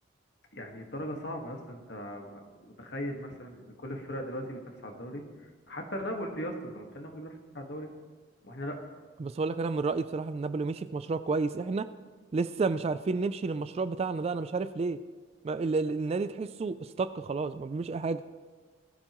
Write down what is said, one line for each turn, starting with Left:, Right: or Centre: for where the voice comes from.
Left: يعني الدرجه صعبه يا اسطى انت متخيل مثلا ان كل الفرق دلوقتي بتنافس على الدوري حتى نابولي يا اسطى انت متخيل نابولي بينافس على الدوري واحنا لا
Right: بس اقول لك انا من رايي بصراحه ان نابولي مشي في مشروع كويس احنا لسه مش عارفين نمشي للمشروع بتاعنا ده انا مش عارف ليه ما ال ال النادي تحسه استك خلاص ما بيعملش اي حاجه